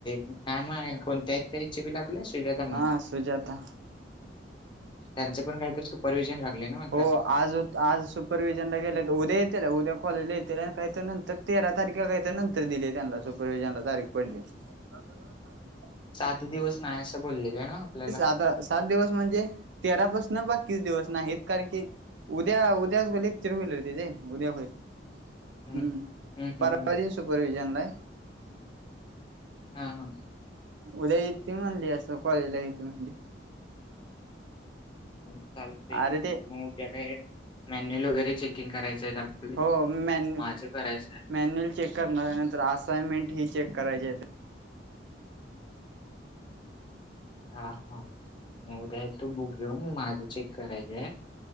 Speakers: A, on the left; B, on the right.
A: नाही म कोणत्या त्याचे बी लागल्यास. त्याचाकडणच
B: हा सुजाता
A: त्यांच पण काहीतर सुपरवि्हजन लागलय न्हवा आता.
B: हो आज होत आज सुपरवि्हिजनला गेले तर उद्या येतील उद्या कॉलेजला येतील आणि काहीत नंतर. तेरा तारीखीला काहीतर नंतर दिलिये त्यांला सुपरवि्हजनला तारीख पडलीये. सगळ नऊ घेतले.
A: सात दिवस नाही असं बोललेलं ना आपल्याला.
B: आता सात दिवस म्हणजे, तेरापासून बाकीच दिवस नाही कारण की. उद्या उद्याच ग लेक्चर होईल, होती ये उद्या होईल.
A: हं,
B: हम्म
A: हं,
B: परवा
A: हं, हं.
B: देवास सुपरविजनलाय.
A: हा हा.
B: उद्या येते म्हणली असं कॉलेजला येते म्हणली.
A: चालते की,
B: अरे ते
A: मग उद्या काय मॅन्युल वगैरे चे, कुकिंग करायच आहेत आपले
B: हो मॅन्यु
A: माझं करायचं हाय.
B: मॅन्युअल चेक करणारऱ्या नंतर असायमेंट ही चेक करायचे.
A: हा हा म उद्या येतो बुक घेऊन माझं चेक करायचं हाय.